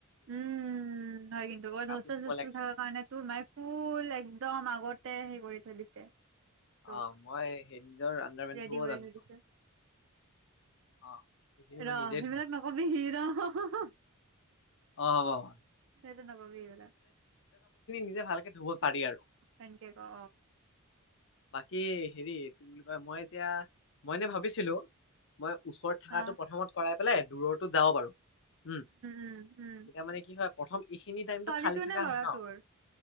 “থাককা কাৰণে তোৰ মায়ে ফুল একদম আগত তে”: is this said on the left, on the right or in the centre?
Right